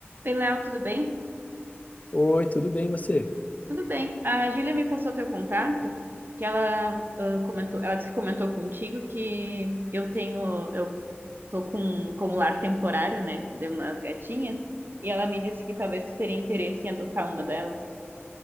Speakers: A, on the right; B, on the left.
A: Oi, Léo, tudo bem?
B: Oi, tudo bem você?
A: Tudo bem. A Júlia me passou teu contato, que ela ah, comentou, ela disse que comentou contigo que eu tenho, eu tô com como lar temporário, né, de umas gatinhas, e ela me disse que talvez tu teria interesse em adotar uma delas.